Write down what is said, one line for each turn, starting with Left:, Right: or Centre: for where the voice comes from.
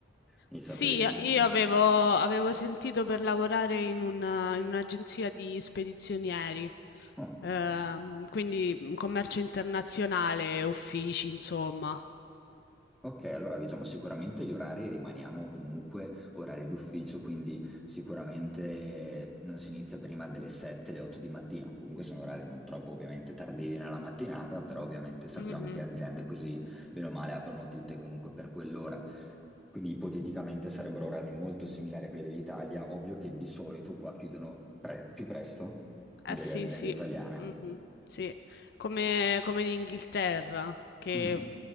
Centre: mi
Left: Sì,
Centre: saprà dire meglio.
Left: io avevo, avevo sentito per lavorare in una- in un'agenzia di spedizionieri,
Centre: Oh,
Left: ehm, quindi commercio internazionale, uffici, insomma.
Centre: ok, allora diciamo sicuramente gli orari rimaniamo comunque orari d'ufficio, quindi sicuramente non si inizia prima delle 7, le 8 di mattina, comunque sono orari non troppo ovviamente tardivi nella mattinata, però ovviamente sappiamo
Left: Mhm.
Centre: che aziende così bene o male aprono tutte comunque per quell'ora Quindi ipoteticamente sarebbero orari molto similari a quelli dell'Italia, ovvio che di solito qua chiudono pre- più presto delle
Left: Eh sì,
Centre: aziende
Left: sì,
Centre: italiane.
Left: mhm, sì, come, come in Inghilterra, che
Centre: Mm.